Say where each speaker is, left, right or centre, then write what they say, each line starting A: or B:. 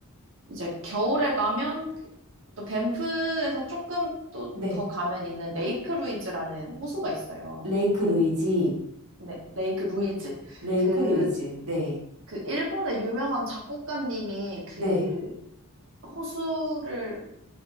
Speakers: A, on the right (about 60°); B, on the right (about 85°).
A: 이제 겨울에 가면 그또 밴프에서 조금 또
B: 네.
A: 더 가면 있는 레이크 루이즈라는 호수가 있어요.
B: 레이크 루이지,
A: 네, 레이크 루이즈.
B: 레이크
A: 그,
B: 루이지, 네,
A: 그 일본의 유명한 작곡가님이 그
B: 네,
A: 호수를